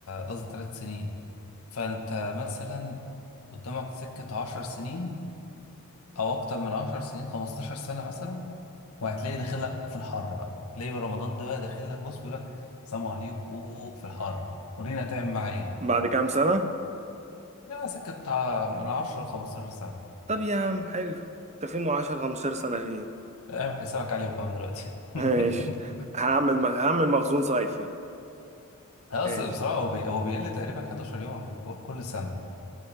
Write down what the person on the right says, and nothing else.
بعد كام سنة
طب يا عم حلو انت وعشر خمستاشر سنة فين
ماشي هعمل مخ... هعمل مخزون صيفي
ماشي